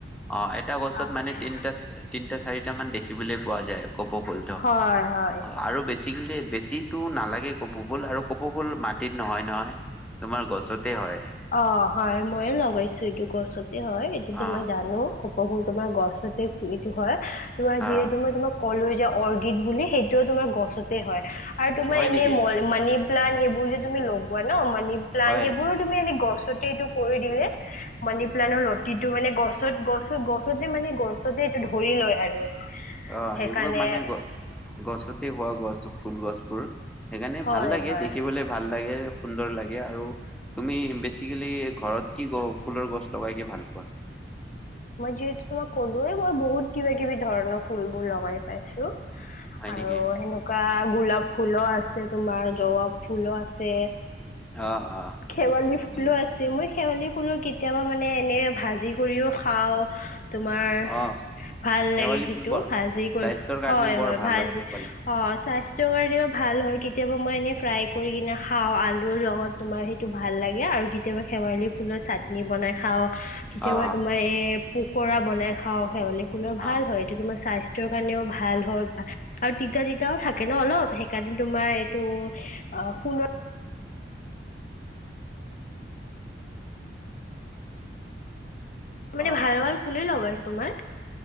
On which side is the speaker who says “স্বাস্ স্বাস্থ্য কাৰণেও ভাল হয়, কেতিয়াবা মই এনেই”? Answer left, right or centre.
Left